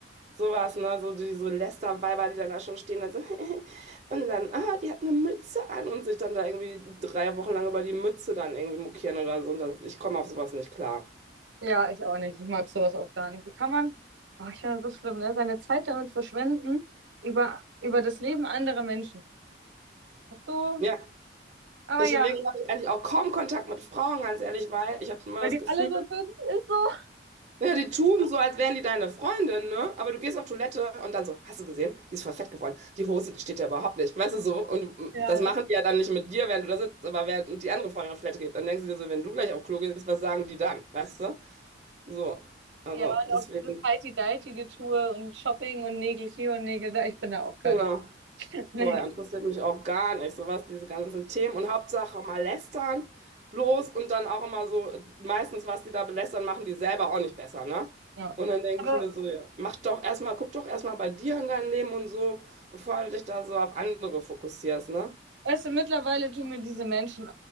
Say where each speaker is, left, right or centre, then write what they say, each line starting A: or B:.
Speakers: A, on the right; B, on the right.
A: sowas, ne? So diese Lästerweiber, die dann da schon stehen, dann so. <laughs> Und dann, ah, die hat eine Mütze an und sich dann da irgendwie drei Wochen lang über die Mütze dann irgendwie mokieren oder so. Und das, ich komme auf sowas nicht klar.
B: ja, ich auch nicht. Ich mag sowas auch gar nicht. Wie kann man, oh, ich finde das so schlimm, ne? Seine Zeit damit verschwenden, über, über das Leben anderer Menschen. So,
A: Ja,
B: aber
A: deswegen
B: ja,
A: habe ich eigentlich auch kaum Kontakt mit Frauen, ganz ehrlich, weil ich habe immer
B: weil
A: das
B: die
A: Gefühl,
B: alle so sind, ist so.
A: ja, die tun so, als wären die deine Freundin, ne? Aber du gehst auf Toilette und dann so, hast du gesehen? Die ist voll fett geworden. Die Hose, die steht ja überhaupt nicht. Weißt du so? Und du-
B: Ja,
A: das machen
B: ja.
A: die ja dann nicht mit dir, während du da sitzt, aber während die andere Freundin auf Toilette geht. Dann denkst du dir so, wenn du gleich auf Klo gehst, was sagen die dann? Weißt du? So. Also,
B: Ja, und
A: deswegen,
B: auch dieses Heidi deitige Tour und Shopping und Nägel hier und Nägel da. Ich bin da auch gar
A: genau.
B: nicht. <laughs> Nee.
A: Boah, ja, interessiert mich auch gar nicht, sowas, diese ganzen Themen. Und Hauptsache mal lästern, bloß und dann auch immer so, meistens, was die da belästern, machen die selber auch nicht besser, ne?
B: Ja.
A: Und dann denke
B: Aber
A: ich mir so, ja, mach doch erstmal, guck doch erstmal bei dir in dein Leben und so, bevor du dich da so auf andere fokussierst, ne?
B: Weißt du, mittlerweile tun mir diese Menschen